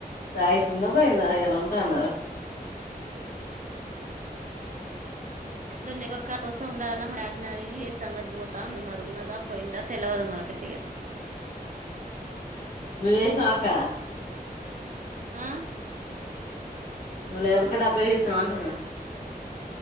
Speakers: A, on the left; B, on the right.
A: సాయితు ఉందా పనా ఎలా ఉంటా అన్న గా
B: అరు లేబర్ కార్ కోసం ఉండాల మ వాటిన అడిగి సంగతి పోతా మరి ఉన్నదా పోయిందా తెలవదు మనకి ఇగ
A: నువ్వు జేసినవ అక్క
B: ఆ
A: ను లేవ్ డబ్బు వేసేసినవా అంటున్న